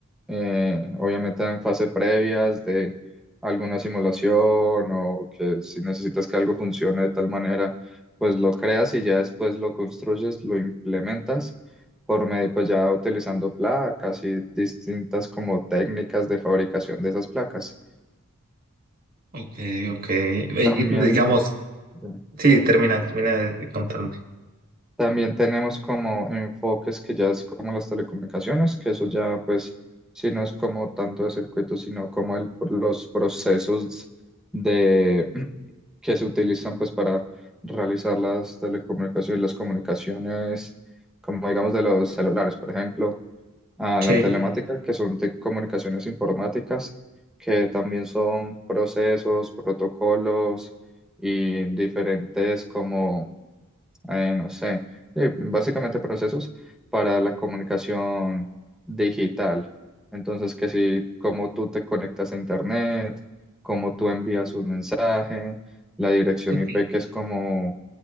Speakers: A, in the centre; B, on the right (about 45°).
A: eh, obviamente en fase previas de alguna simulación o que si necesitas que algo funcione de tal manera, pues lo creas y ya después lo construyes, lo implementas por medio, pues ya utilizando placas y distintas como técnicas de fabricación de esas placas.
B: Ok, ok. Eh, Y
A: También,
B: digamos,
A: eh,
B: sí, termina, termina de de contarme.
A: También tenemos como enfoques que ya es como las telecomunicaciones, que eso ya pues si no es como tanto de circuitos, sino como el- los procesos de <clears throat> que se utilizan pues para realizar las telecomunicaciones y las comunicaciones, como digamos de los celulares, por ejemplo, a
B: Sí,
A: la telemática, que son de comunicaciones informáticas, que también son procesos, protocolos y diferentes como eh, no sé, eh, básicamente procesos para la comunicación digital. Entonces, que si, cómo tú te conectas a Internet, cómo tú envías un mensaje, la dirección
B: ok,
A: IP, que es como